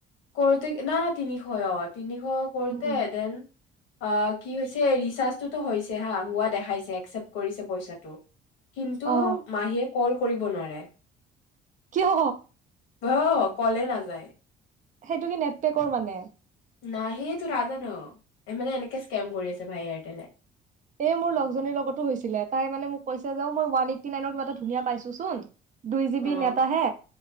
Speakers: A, on the left; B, on the right.
A: কৰোতে, নাই নাই তিনিশ অ, তিনিশ সৌ কৰোঁতে
B: উম
A: এদিন অ কি হৈছে, ৰিচাৰ্জটোতো হৈছে হা, হোৱা দেখাইছে। একচেপট কৰিছে পইচাটো। টো
B: অ
A: মাহীয়ে কল কৰিব নোৱাৰে।
B: কিয়?
A: অ কলে নাযায়।
B: সেইটো কি নেটটেকৰ মানে?
A: নাহে টো তাকেত, মানে এনেকে স্কেম কৰি আছে ভাই এয়াৰটেলে।
B: এই মোৰ লগজনীৰ লগতো হৈছিলে, তাই মানে মোক কৈছে হ'লেও ই ৱান এইটি নাই কা ধুনীয়া পাইছো চোন? দুই জিব
A: অ'
B: নেতাহে,